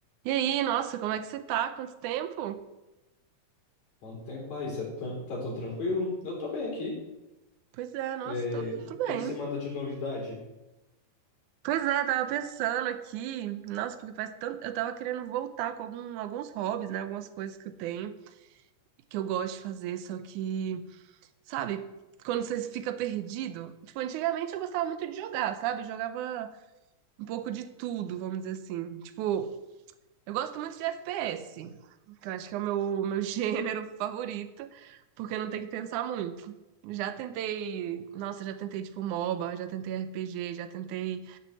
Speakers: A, on the right; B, on the left.
A: E aí, nossa, como é que você tá? Quanto tempo?
B: Quanto tempo aí? Cê tá, tá tudo tranquilo? Eu tô bem aqui.
A: Pois é, nossa,
B: É,
A: tô,
B: o
A: tô
B: que
A: bem.
B: que você manda de novidade?
A: Pois é, tava pensando aqui, nossa, porque faz tanto. Eu tava querendo voltar com algum, alguns hobbies, né? Algumas coisas que eu tenho, que eu gosto de fazer, só que, sabe, quando você fica perdido. Tipo, antigamente eu gostava muito de jogar, sabe? Eu jogava um pouco de tudo, vamos dizer assim. Tipo, Eu gosto muito de FPS, que eu acho que é o meu, meu <laughs> gênero favorito, porque não tem que pensar muito. Já tentei, nossa, já tentei tipo MOBA, já tentei RPG, já tentei,